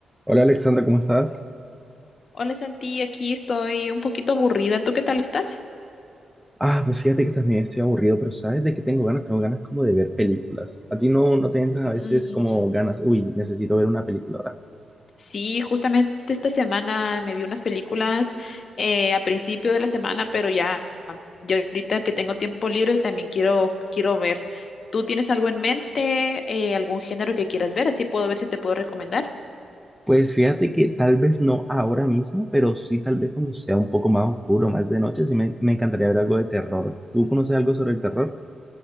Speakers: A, in the centre; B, on the left.
A: Hola Alexandra, ¿cómo estás?
B: Hola Santi, aquí estoy un poquito aburrida. ¿Tú qué tal estás?
A: Ah, pues fíjate que también estoy aburrido, pero ¿sabes de qué tengo ganas? Tengo ganas como de ver películas. ¿A ti no, no te entran
B: Mm.
A: a veces como ganas? Uy, necesito ver una película ahora.
B: Sí, justamente esta semana me vi unas películas eh, a principio de la semana, pero ya, ya ahorita que tengo tiempo libre también quiero, quiero ver. ¿Tú tienes algo en mente, eh, algún género que quieras ver? Así puedo ver si te puedo recomendar.
A: Pues fíjate que tal vez no ahora mismo, pero sí tal vez cuando sea un poco más oscuro, más de noche, sí me, me encantaría ver algo de terror. ¿Tú conoces algo sobre el terror?